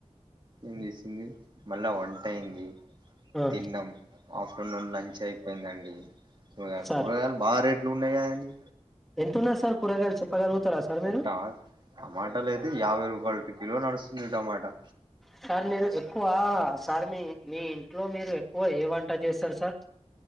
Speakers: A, on the right; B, in the centre.
A: ఏం చేసింది మళ్ళా వంట అయింది
B: ఆ
A: తిన్నాం ఆఫ్టర్నూన్ లంచ్ అయిపోయిందండి కూరగాయలు
B: సార్
A: కూరగాయలు బాగా రేట్లు ఉన్నాయి కదండి
B: ఎంతున్నా సార్ కూరగాయలు చెప్పగలుగుతారా సార్ మీరు
A: ట టమాటాలు అయితే యాభై రూపాయలు కిలో నడుస్తున్నా టమాటా
B: సార్ మీరు ఎక్కువ సార్ మీ మీ ఇంట్లో మీరు ఎక్కువ ఏ వంట చేస్తారు సార్